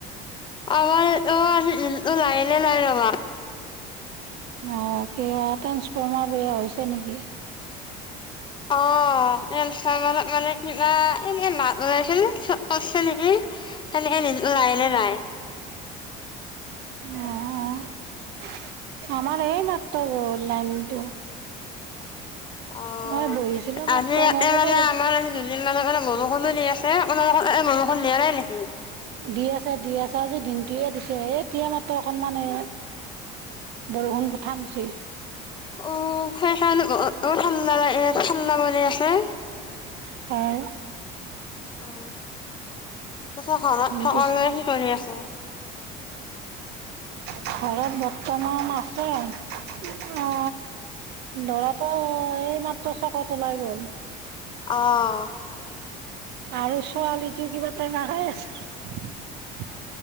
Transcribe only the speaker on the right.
অ কিবা ট্ৰেন্সফৰ্মাৰ বেয়া হৈছে নেকি?
আহ আমাৰ এই মাত্ৰ গ'ল লাইনটো।
মই বহিছিলো
মাত্ৰ
মই বুলো
দি আছে দি আছে আজি দিনটোয়ে দিছে এ এতিয়া মাত্ৰ অকনমান এ বৰষুণ কঠামচি
হয়।
পিছ
ঘৰত বৰ্তমান আছে। অ লৰাটো এইমাত্ৰ চকত ওলাই গ'ল।
আৰু ছোৱালীটো কিবা টেঙা খাই আছে।